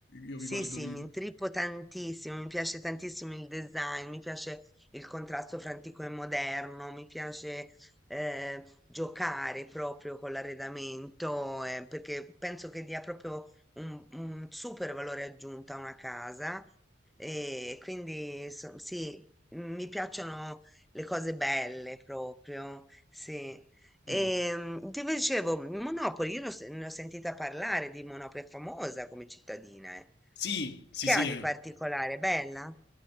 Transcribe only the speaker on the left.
Io
vi guardo
video.
Mm.
Sì, sì,
sì.
eh.